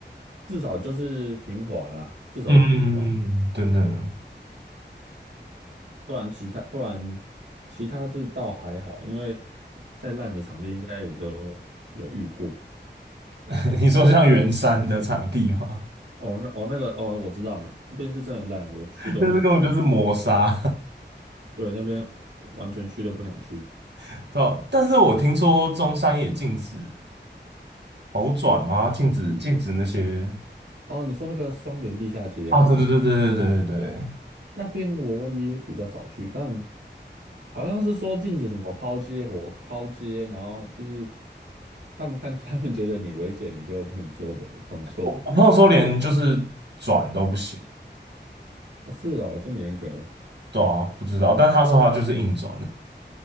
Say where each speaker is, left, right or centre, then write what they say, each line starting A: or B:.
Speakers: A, on the right; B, on the right.
A: 至少就是平滑啦，至少是平滑，
B: 嗯，真的，
A: 不然其他不然其他这倒还好，因为再烂的场地应该也都有遇过。
B: <laughs> 你说像圆山的场地吗？
A: 哦，那哦那个哦，我知道了，那边是真的烂，我去都不想去。
B: <laughs> 那是根本就是磨砂，
A: 对，那边完全去都不想去。
B: <laughs> 对吧？但是我听说中山也禁止头转吗？禁止禁止那些
A: 哦，你说那个双联地下街吗？
B: 啊，对对对对对对对对，
A: 那边我也比较少去，但好像是说禁止什么抛接活抛接，然后就是他们看 <laughs> 他们觉得你危险，你就不能做的动作。
B: 我我朋友说连就是转都不行，
A: 啊，是哦，这么严格，
B: 对啊，不知道，但他说他就是硬转